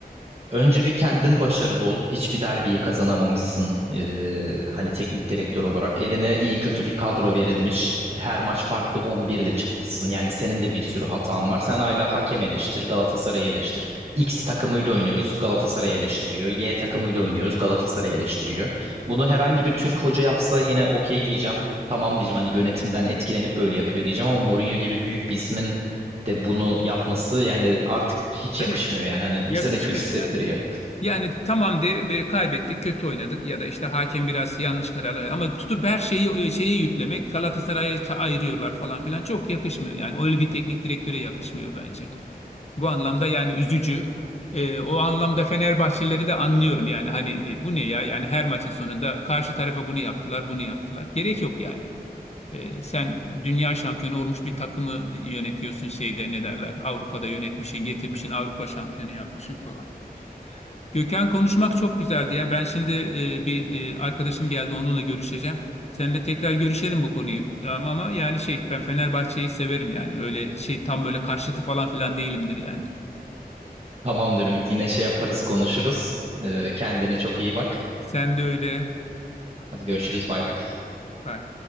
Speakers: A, on the right; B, on the left.
A: önce bir kendin başarılı ol. Hiçbir derbiyi kazanamamışsın. Ee, hani teknik direktör olarak eline iyi kötü bir kadro verilmiş. Her maç farklı 11 ile çıkmışsın. Yani senin de bir sürü hatan var. Sen hala hakem eleştir, Galatasaray'ı eleştir. X takımıyla oynuyoruz, Galatasaray eleştiriyor. Y takımıyla oynuyoruz, Galatasaray eleştiriyor. Bunu herhangi bir Türk hoca yapsa yine okey diyeceğim tamam diyeceğim hani yönetimden etkilenip böyle yapıyor diyeceğim ama Mourinho gibi büyük bir ismin de bunu yapması yani artık hiç
B: Evet,
A: yakışmıyor yani hani bize
B: yakışmıyor
A: de kötü hissettiriyor.
B: yani. Yani tamam de e, kaybettik, kötü oynadık ya da işte hakem biraz yanlış kararlar verdi. ama tutup her şeyi e, şeye yüklemek Galatasaray'a ça- ayırıyorlar falan filan çok yakışmıyor. Yani öyle bir teknik direktöre yakışmıyor bence. Bu anlamda yani üzücü. E, o anlamda Fenerbahçelileri de anlıyorum yani hani e, bu ne ya yani her maçın sonunda karşı tarafa bunu yaptılar, bunu yaptılar. Gerek yok yani. E, sen dünya şampiyonu olmuş bir takımı yönetiyorsun şeyde ne derler Avrupa'da yönetmişsin, getirmişsin Avrupa şampiyonu yapmışsın falan. Gökhan konuşmak çok güzeldi ya. Ben şimdi e, bir e, arkadaşım geldi onunla görüşeceğim. Seninle tekrar görüşelim bu konuyu. Tamam ama yani şey ben Fenerbahçe'yi severim yani. Öyle şey tam böyle karşıtı falan filan değilimdir yani.
A: Tamamdır Ümit yine şey yaparız konuşuruz. Ee, kendine çok iyi bak.
B: Sen de öyle.
A: Hadi görüşürüz bay bay.
B: Bye.